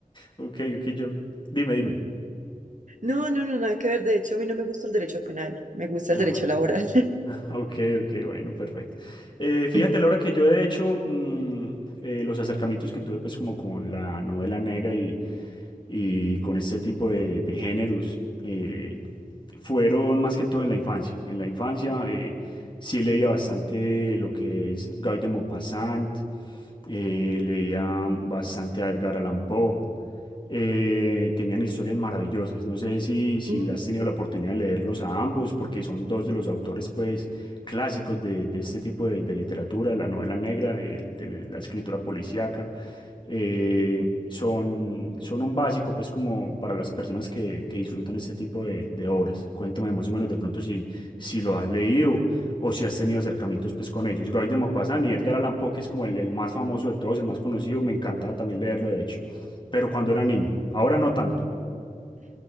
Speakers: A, on the left; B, on the right.
A: ok, ok, yo, dime, dime.
B: No, no, no, nada que ver. De hecho, a mí no me gusta el derecho penal, me gusta el
A: Ah,
B: derecho laboral.
A: mm. <laughs> Ok, ok, bueno, perfecto. Eh, fíjate,
B: <laughs>
A: Laura, que yo he hecho mm, eh, los acercamientos que tuve pues como con la novela negra y, y con este tipo de, de géneros eh, fueron más que todo en la infancia. En la infancia eh, sí leía bastante lo que es Guy de Maupassant, eh, leía bastante a Edgar Allan Poe eh, tenían historias maravillosas. No sé si, si
B: Ujú.
A: has tenido la oportunidad de leerlos a ambos, porque son dos de los autores pues, clásicos de, de este tipo de, de literatura, de la novela negra, el- de la escritura policíaca. Eh, son, son un básico pues como para las personas que, que disfrutan este tipo de, de obras. Cuéntame más o menos de pronto si, si lo has leído o si has tenido acercamientos pues con ellos. Guy de Maupassant y Edgar Allan Poe, que es como el, el más famoso de todos, el más conocido, me encantaba también leerlo de hecho pero cuando era niño. Ahora no tanto.